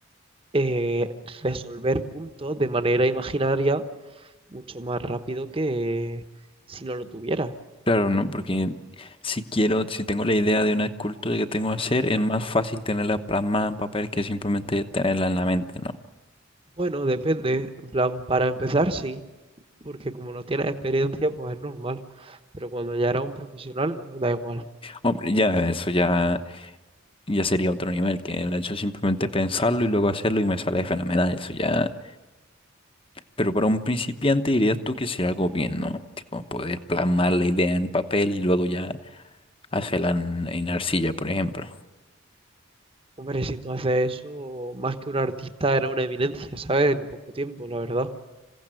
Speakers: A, on the right; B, on the left.
A: eh, resolver puntos de manera imaginaria mucho más rápido que si no lo tuviera
B: Claro, no, porque si quiero, si tengo la idea de una escultura que tengo que hacer, es más fácil tenerla plasmada en papel que simplemente tenerla en la mente, ¿no?
A: Bueno, depende. En plan, para empezar, sí, porque como no tienes experiencia, pues es normal. Pero cuando ya eras un profesional, no, da igual.
B: Hombre, ya eso ya, ya sería otro nivel, que el hecho de simplemente pensarlo y luego hacerlo y me sale fenomenal, eso ya. Pero para un principiante dirías tú que sería algo bien, ¿no? Tipo, poder plasmar la idea en papel y luego ya hacerla en, en arcilla, por ejemplo. <laughs>
A: Hombre, si tú haces eso, más que un artista, era una evidencia, ¿sabes? En poco tiempo, la verdad.